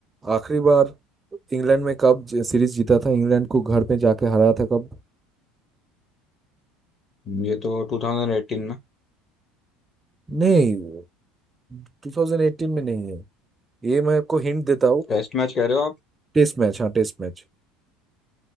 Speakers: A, on the right; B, on the left.
A: आखिरी बार इंग्लैंड में कब ज- सीरीज जीता था इंग्लैंड को घर पे जाके हराया था कब
B: ये तो 2018 में
A: नहीं 2018 में नहीं है ये मैं आपको हिंट देता हूँ
B: टेस्ट मैच कह रहे हो आप
A: टेस्ट मैच हाँ टेस्ट मैच